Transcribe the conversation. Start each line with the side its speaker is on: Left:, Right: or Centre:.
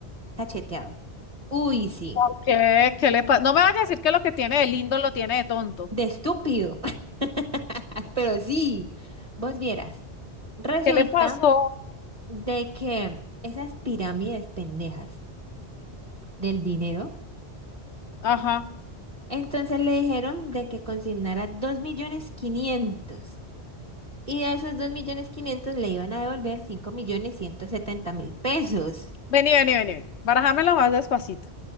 Right: cacheteado. Uy, sí.
Left: ¿Por qué? ¿Qué le pasó? No me vayas a decir que lo que tiene de lindo lo tiene de tonto.
Right: de estúpido. <laughs> Pero sí, vos vieras. Resulta
Left: ¿Qué le pasó?
Right: de que esas pirámides pendejas del dinero,
Left: Ajá.
Right: entonces le dijeron de que consignara dos millones quinientos Y de esos dos millones quinientos le iban a devolver 5.170.000 pesos.
Left: Vení, vení, vení, vení. Barajámela más despacito.